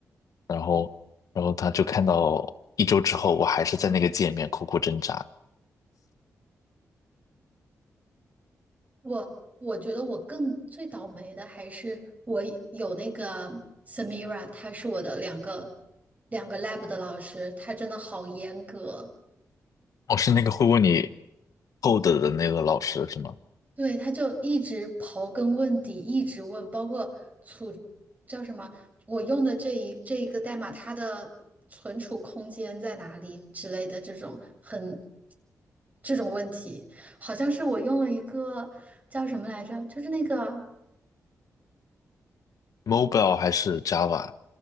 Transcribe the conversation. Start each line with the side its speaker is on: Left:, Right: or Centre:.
Left: 然后，然后他就看到一周之后，我还是在那个界面苦苦挣扎。
Right: 我我觉得我更最倒霉的还是我有那个 Samira，她是我的两个两个 lab 的老师，她真的好严格，
Left: 哦，是那个会问你 code 的那个老师是吗
Right: 对，她就一直刨根问底，一直问，包括储叫什么，我用的这一这一个代码，它的存储空间在哪里之类的这种很这种问题，好像是我用了一个叫什么来着，就是那个。
Left: ？Mobile 还是 Java